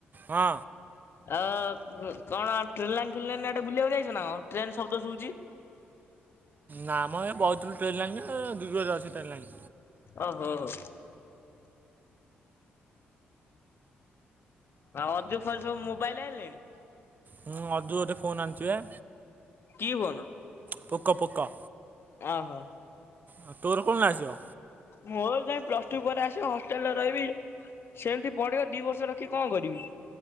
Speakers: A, on the right (about 40°); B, on the left (about 55°).
A: ହଁ
B: ଅ କଣ ଟ୍ରେନ୍ ଲାଇନ୍ ଫେନ୍ ଲାଇନେ ବୁଲିବାକୁ ଯାଇଛ ନା ଟ୍ରେନ ଶବ୍ଦ ଶୁଭୁଛି।
A: ନା ମ ଏ ବଇଥିଲ ଟ୍ରେନ୍ ଲାଇନ୍ରେ ଦୀଘ ଯାଉଛି ଟ୍ରେନ୍ ଲାଇନ୍।
B: ଓ ହୋ ହୋ ଆଉ ଅଜୁ ଫଜୁ ସବୁ ମୋବାଇଲ୍ ଆଇଁଲେଣି?
A: ହୁଁ ଅଜୁ ଗୋଟେ ଫୋନ୍ ଆଣିଛି ବା।
B: କି ଫୋନ୍?
A: ପୋକ -ପୋକ।
B: ଓହୋ
A: ହଁ ତୋର କଣ ଆସିବ?
B: ମୋର ଯାଇ ପ୍ଲସ୍ ଟୁ ପରେ ଆସିବ ହଷ୍ଟେଲରେ ରହିବି ସେମିତି ପଡ଼ିବ ଦି ବର୍ଷ ରଖି କଣ କରିବି।